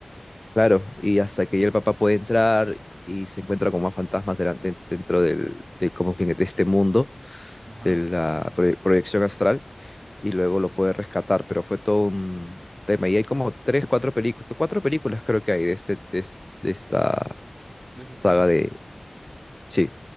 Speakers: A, on the left (about 25°); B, on the right (about 50°).
A: Claro, y hasta que ya el papá puede entrar y se encuentra con más fantasmas delan- de- dentro del, de, como que de este mundo,
B: Ajá,
A: de la proye- proyección astral y luego lo pude rescatar, pero fue todo un tema. Y hay como tres, cuatro películas, cuatro películas creo que hay de, este, de, es- de esta
B: de esa saga.
A: saga de... Sí,